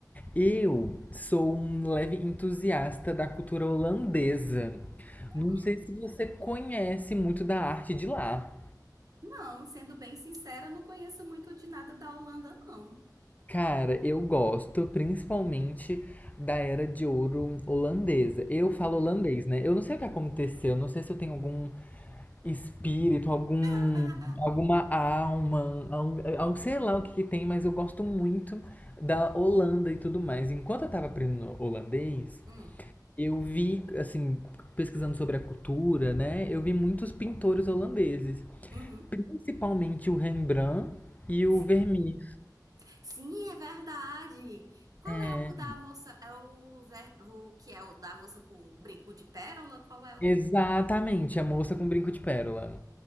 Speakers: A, on the left (about 20°); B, on the right (about 55°).
A: Eu sou um leve entusiasta da cultura holandesa. Não
B: Hum.
A: sei se você conhece muito da arte de lá.
B: Não, sendo bem sincera, não conheço muito de nada da Holanda, não.
A: Cara, eu gosto principalmente da era de ouro holandesa. Eu falo
B: Uhum.
A: holandês, né? Eu não sei o que aconteceu, não sei se eu tenho algum espírito, algum,
B: <laughs>
A: alguma alma, algo, algo- sei lá o que que tem, mas eu gosto muito da Holanda e tudo mais. Enquanto eu tava aprendendo holandês,
B: Hum,
A: eu vi, assim, pesquisando sobre a cultura, né? Eu vi muitos pintores holandeses,
B: uhum.
A: principalmente o Rembrandt e o
B: Sim.
A: Vermeer.
B: Sim, é verdade. Qual
A: É,
B: é o da moça? É o, ver- o que é o da moça com o brinco de pérola? Qual é o.
A: Exatamente, a moça com brinco de pérola.